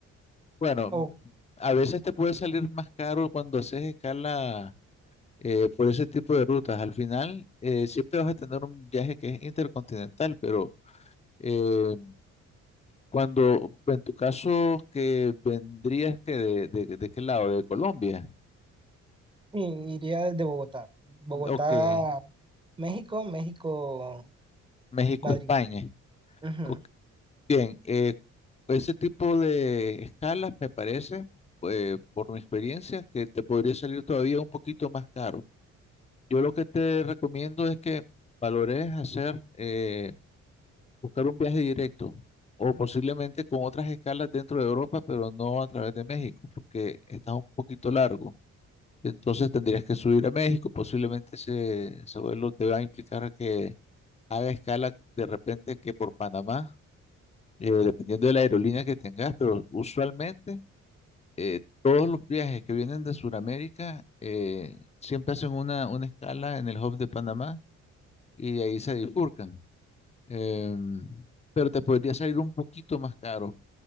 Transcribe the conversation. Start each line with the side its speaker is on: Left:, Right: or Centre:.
Left: Bueno,
Right: O
Left: mm, a veces te puede salir más caro cuando haces escala eh, por ese tipo de rutas. Al final, eh, siempre vas a tener un viaje que es intercontinental, pero eh, cuando, en tu caso, que vendrías que de, de, de qué lado, de Colombia,
Right: i- iría desde Bogotá. Bogotá,
Left: o que
Right: México, México,
Left: México,
Right: Madrid.
Left: España.
Right: Ujú.
Left: Ok, Bien, eh, ese tipo de escalas me parece, eh, por mi experiencia, que te podría salir todavía un poquito más caro. Yo lo que te recomiendo es que valores hacer, eh, buscar un viaje directo o posiblemente con otras escalas dentro de Europa, pero no a través de México, porque está un poquito largo. Entonces tendrías que subir a México, posiblemente ese, ese vuelo te va a implicar a que haga escala de repente que por Panamá, eh, dependiendo de la aerolínea que tengas, pero usualmente eh, todos los viajes que vienen de Sudamérica eh, siempre hacen una, una escala en el hub de Panamá y de ahí se bifurcan. Em, pero te podría salir un poquito más caro.